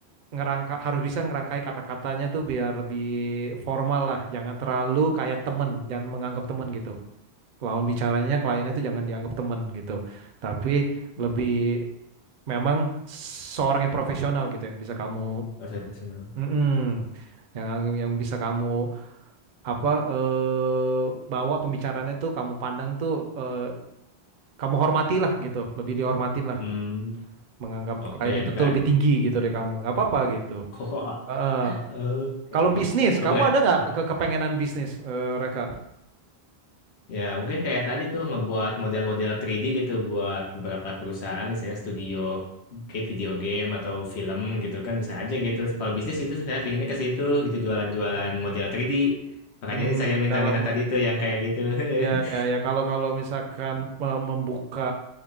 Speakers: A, on the right (about 55°); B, on the left (about 85°).
A: ngerangka harus bisa ngerangkai kata-katanya tuh biar lebih formal lah jangan terlalu kayak temen jangan menganggap temen gitu lawan bicaranya kliennya itu jangan dianggap teman gitu tapi
B: Hmm,
A: lebih memang seorang yang profesional gitu yang bisa kamu
B: Bahasa personal.
A: mm-mm, yang yang bisa kamu apa eh, bawa pembicaranya tuh kamu pandang tuh eh, kamu hormati lah gitu lebih dihormatin lah
B: Hmm,
A: menganggap
B: oke
A: klien itu
B: berat.
A: tuh lebih tinggi gitu dari kamu nggak apa-apa gitu
B: <laughs>
A: Heeh.
B: Oke
A: kalau
B: oke.
A: bisnis kamu
B: Oh, berat.
A: ada nggak
B: Hmm.
A: ke kepengenan bisnis eh, Reka
B: Ya, mungkin kayak tadi tuh ngebuat model-model 3D gitu buat beberapa perusahaan, misalnya studio kayak video game atau film gitu kan bisa aja gitu. Kalau bisnis itu sebenarnya pinginnya ke situ gitu jualan-jualan model 3D. Makanya
A: hmm,
B: ini saya minta-minta
A: dalam
B: tadi tuh yang kayak gitu.
A: Ya,
B: <laughs>
A: ya, ya. Kalau kalau misalkan me- membuka